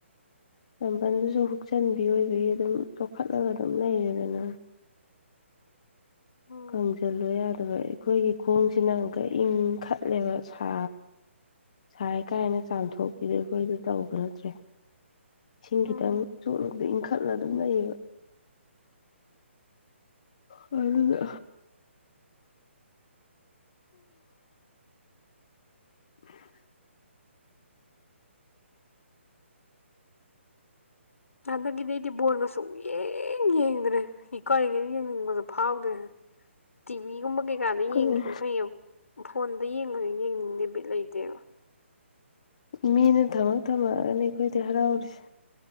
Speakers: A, on the left; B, on the left.
A: ꯆꯝꯕꯜꯗꯨꯁꯨ ꯍꯨꯛꯆꯟꯕꯤ ꯑꯣꯏꯕꯒꯤ ꯑꯗꯨꯝ ꯇꯣꯡꯈꯠꯂꯒ ꯑꯗꯨꯝ ꯂꯩꯔꯦꯗꯅꯥ
B: ꯎꯝ
A: ꯀꯪꯖꯜꯂꯣ ꯌꯥꯗꯕ ꯑꯩ ꯑꯩꯈꯣꯏꯒꯤ ꯈꯣꯡꯁꯤꯅ ꯑꯃꯨꯛꯀ ꯏꯪꯈꯠꯂꯦꯕ ꯁꯥ ꯁꯥꯏ ꯀꯥꯏꯅ ꯆꯥꯝꯊꯣꯛꯄꯤꯗꯣ ꯑꯩꯈꯣꯏꯗꯤ ꯇꯧꯕ ꯅꯠꯇ꯭ꯔꯦ ꯏꯁꯤꯡ ꯈꯤꯇꯪ
B: ꯎꯝ
A: ꯆꯣꯠꯂꯨꯕꯗ ꯏꯟꯈꯠꯂ ꯑꯗꯨꯝ ꯂꯩꯌꯦꯕ ꯍꯣꯏ ꯑꯗꯨꯗꯣ <inaudible>
B: ꯍꯟꯗꯗꯛꯒꯤꯗꯤ ꯑꯩꯗꯤ ꯕꯣꯜꯅ ꯁꯨꯛꯌꯦꯡ ꯌꯦꯡꯗ꯭ꯔꯦ ꯂꯩꯀꯥꯏꯒꯤꯅꯤꯅ ꯌꯦꯡꯅꯤꯡꯕꯁꯨ ꯐꯥꯎꯗ꯭ꯔꯦ ꯇꯤꯚꯤꯒꯨꯝꯕ ꯀꯩꯀꯥꯗ
A: ꯑꯩꯈꯣꯏ
B: ꯌꯦꯡꯈꯤꯝꯅ ꯐꯩꯌꯦꯕ ꯐꯣꯟꯗ ꯌꯦꯡꯕꯗꯤ ꯌꯦꯡꯅꯤꯡꯗꯦ ꯕꯤꯠ ꯂꯩꯇꯦꯕ
A: ꯃꯤꯅ ꯊꯝꯃꯛ ꯊꯝꯃꯛꯑꯒꯅꯦ ꯑꯩꯈꯣꯏꯗꯤ ꯍꯔꯥꯎꯔꯤꯁꯦ